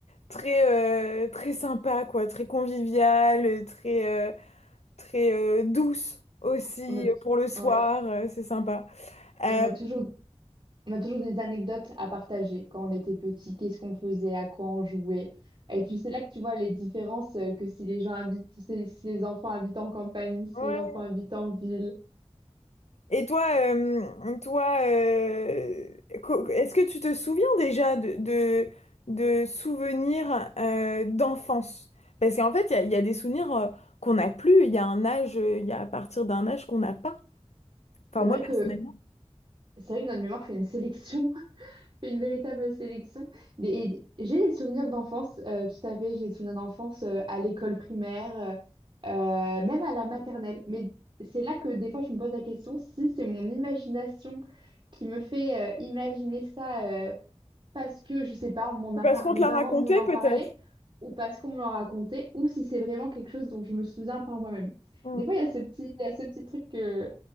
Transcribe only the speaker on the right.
On a, t-
ouais,
et on a toujours, on a toujours des anecdotes à partager quand on était petit, qu'est-ce qu'on faisait, à quoi on jouait. Et puis c'est là que tu vois les différences euh, que si les gens habitent, si si les enfants habitent en campagne, si
les enfants habitent en ville.
C'est vrai
que
c'est vrai que dans le mémoire, je fais une sélection Une véritable sélection. Des- et des- J'ai des souvenirs d'enfance, euh, tout à fait, j'ai des souvenirs d'enfance euh, à l'école primaire, euh, euh, même à la maternelle. Mais c'est là que des fois je me pose la question si c'est mon imagination qui me fait euh, imaginer ça euh, parce que, je sais pas, on m'en
a
par-
mes
parents
m'en
ont parlé ou parce qu'on me l'a raconté ou si c'est vraiment quelque chose dont je me souviens par moi-même.
Des fois, il y a ce petit, il y a ce petit truc que